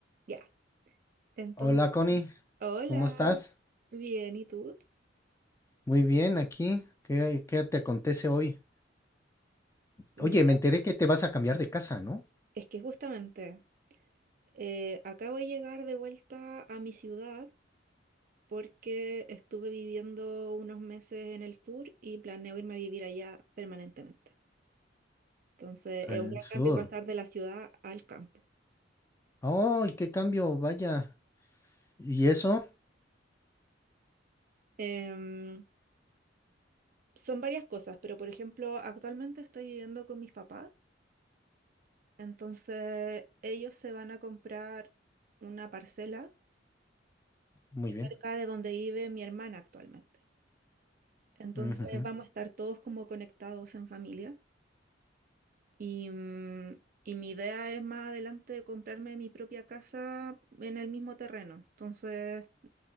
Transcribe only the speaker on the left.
Hola Connie,
¿cómo estás?
Muy bien, aquí. ¿Qué, qué te acontece hoy?
Oye, me enteré que te vas a cambiar de casa, ¿no?
Al
sur.
¡Ay, qué cambio! Vaya. ¿Y eso?
Muy
bien.
Ujujú.